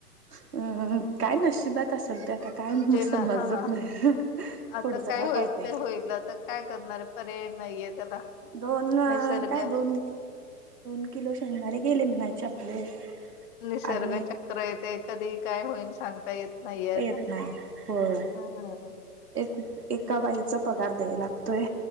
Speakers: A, on the right (about 85°); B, on the left (about 35°).
A: हम्म हम्म हम्म काय नशि बात असंल ते आता काय मग
B: जे ना
A: समजत
B: हा
A: नाही
B: आता
A: पुढंच काय
B: होईल
A: कळतंय?
B: ते होईल आता काय करणारे? पर्याय नाहीये त्याला.
A: दोन अ
B: निसर्ग
A: काय? दोन-दोन किलो शेंगदाणे गेले म्हणायचे आपले.
B: निसर्ग
A: आणि
B: चक्र हाय ते कधी काय होईन सांगता येत नाहीये आता
A: येत नाही, होय.
B: हम्म
A: एक-एका बाईचा पगार द्याय लागतोय,